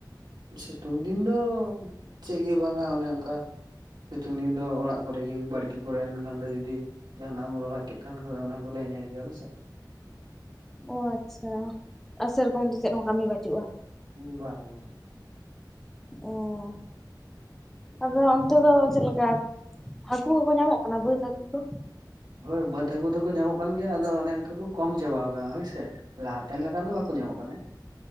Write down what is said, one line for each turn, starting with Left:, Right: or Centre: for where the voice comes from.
Right: ᱥᱤᱛᱩᱝ ᱫᱤᱱ ᱫᱚ ᱪᱮᱫ ᱜᱮ ᱵᱟᱝᱟ ᱚᱱᱮ ᱚᱱᱠᱟ᱾ ᱥᱤᱛᱩᱝ ᱫᱤᱱ ᱫᱚ ᱚᱲᱟᱜ ᱠᱚᱨ, ᱮ ᱜᱮ ᱵᱟᱲᱜᱤ ᱠᱚ ᱨᱮ ᱮᱱᱠᱷᱟᱱ ᱫᱚ ᱡᱩᱫᱤ ᱡᱟᱦᱟᱸ ᱱᱟᱜ ᱮᱢ ᱨᱚᱦᱚᱭ ᱠᱮᱫ ᱠᱷᱟᱱ, ᱚᱱᱟ ᱠᱚ ᱞᱮ ᱧᱮᱞ ᱜᱮᱭᱟ ᱦᱚᱭ ᱥᱮ᱾
Centre: ᱚ ᱟᱪᱪᱷᱟ ᱟᱨ ᱥᱮ ᱨᱚᱠᱚᱢ ᱫᱚ ᱪᱮᱫ ᱦᱚᱸ ᱠᱟᱹᱢᱤ ᱵᱟᱹᱪᱩᱜᱼᱟ᱾
Right: ᱵᱟᱝ ᱵᱟᱝ
Centre: ᱚᱸ
Right: <inaudible>
Centre: ᱟᱫᱚ ᱚᱱᱛᱮ ᱫᱚ ᱪᱮᱫ ᱞᱮᱠᱟ᱾ ᱦᱟᱹᱠᱩ ᱠᱚ ᱠᱚ ᱧᱟᱢᱚᱜ ᱠᱟᱱᱟ᱾ ᱵᱟᱹᱫᱽ ᱦᱟᱹᱠᱩ ᱠᱚ?
Right: ᱦᱚᱭ ᱵᱟᱹᱫᱽ ᱦᱟᱹᱠᱩ ᱫᱚ ᱠᱚ ᱧᱟᱢᱚᱜ ᱠᱟᱱ ᱜᱮᱭᱟ᱾ ᱟᱫᱚ ᱚᱱᱮ ᱚᱱᱠᱟ ᱠᱚ ᱠᱚᱢ ᱪᱟᱵᱟᱣ ᱟᱠᱟᱱᱟ ᱦᱚᱭ ᱥᱮ᱾ ᱞᱟᱦᱟ ᱛᱮᱱ ᱞᱮᱠᱟ ᱫᱚ, ᱵᱟᱠᱚ ᱧᱟᱢᱚᱜ ᱠᱟᱱᱟ᱾